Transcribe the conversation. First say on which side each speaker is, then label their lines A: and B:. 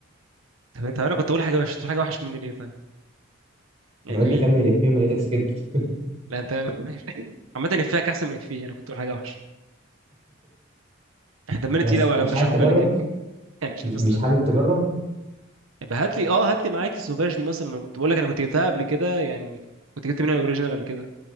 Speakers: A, on the right; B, on the right.
A: طب انت انا كنت اقول حاجه وحش تقول حاجه وحش مني ليه طيب يعني
B: انا قلت
A: ليه
B: اكمل الافيه ما لقيتك سكت
A: لا انت <laughs> ماشي. عامه افيهك احسن من افيه انا كنت اقول حاجه وحش احنا دمنا
B: بس
A: تقيل قوي لو
B: مش
A: انت
B: حابب
A: مش واخد
B: تجرب
A: بالك يعني <laughs> يعني
B: م-
A: مش بس
B: مش حابب تجرب
A: يبقى هات لي اه هات لي معاك السوفاج دي مثلا انا كنت بقول لك انا كنت جبتها قبل كده يعني كنت جبت منها الاوريجينال قبل كده